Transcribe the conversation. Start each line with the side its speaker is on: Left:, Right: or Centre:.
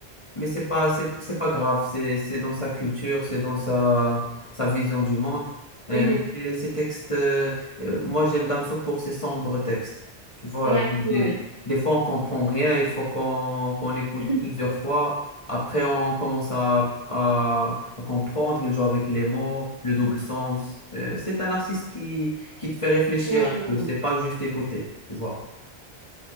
Left: mais c'est pas, c'est, c'est pas grave, c'est, c'est dans sa culture, c'est dans sa, sa vision du monde. Euh,
Right: Mhm.
Left: mais ces textes, euh, euh, moi j'aime Damso pour ses sombres textes. Tu vois,
Right: Ouais,
Left: des,
Right: ouais, ouais.
Left: des fois on comprend rien, il faut qu'on qu'on écoute
Right: <laughs>
Left: plusieurs fois. Après on commence à, à, à comprendre, il joue avec les mots, le double sens. Euh, c'est un artiste qui, qui te fait réfléchir
Right: Ouais, ouais,
Left: un peu, c'est
Right: ouais.
Left: pas juste écouter, tu vois.